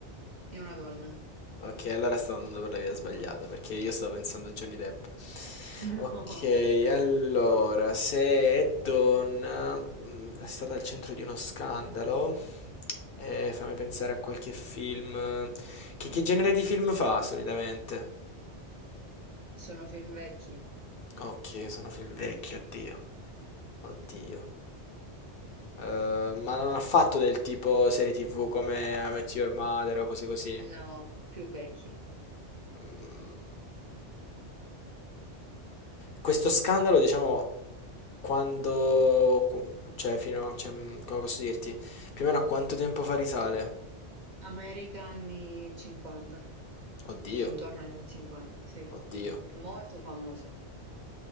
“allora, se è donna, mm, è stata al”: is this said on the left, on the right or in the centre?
Left